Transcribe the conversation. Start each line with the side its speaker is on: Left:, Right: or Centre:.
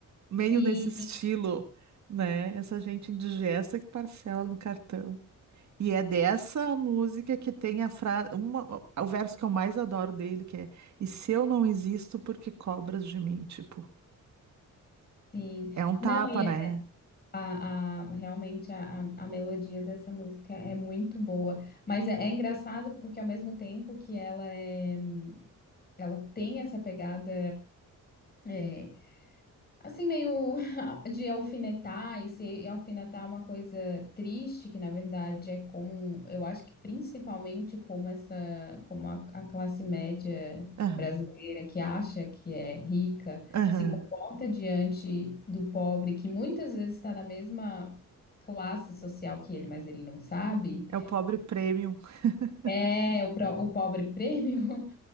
Right: Meio
Left: Sim,
Right: nesse estilo, né? Essa gente indigesta que parcela no cartão. E é dessa música que tem a frase, uma, o verso que eu mais adoro dele, que é E se eu não existo, por que cobras de mim? Tipo,
Left: sim.
Right: é um tapa,
Left: Não, e
Right: né?
Left: é- a, a- realmente a, a, a melodia dessa música é muito boa. Mas é, é engraçado porque ao mesmo tempo que ela é, ela tem essa pegada. é, Assim, meio <laughs> de alfinetar e se alfinetar é uma coisa triste, que na verdade é como, eu acho que principalmente como essa, como a, a classe média
Right: Aham,
Left: brasileira que acha que é rica,
Right: aham.
Left: se comporta diante do pobre, que muitas vezes está na mesma classe social que ele, mas ele não sabe,
Right: É o pobre premium. <laughs>
Left: é o, pro- o pobre prêmio, <laughs>